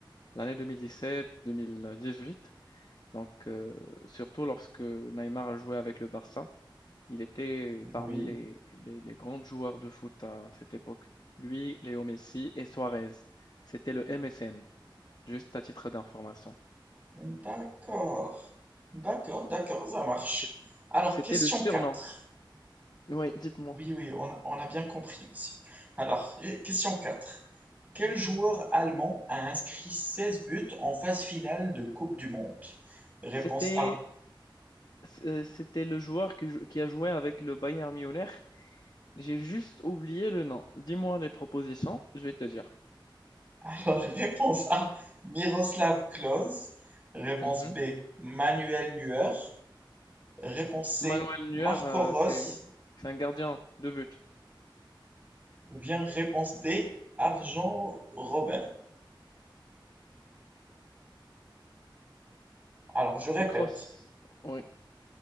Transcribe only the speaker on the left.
l'année 2017, 2018. Donc euh, surtout lorsque Neymar a joué avec le Barça, il était parmi
les les, les grands joueurs de foot à cette époque. Lui, Léo Messi et Suarez. C'était le MSN, juste à titre d'information.
C'est-
C'était
le surnom.
Oui, dites-moi.
C'était
c'est- C'était le joueur qui, jou- qui a joué avec le Bayern Munich. J'ai juste oublié le nom. Dis-moi les propositions, je vais te dire.
Mhm.
Manuel Neuer,
euh,
c'est c'est un gardien de but.
C'est
Kroos. Oui.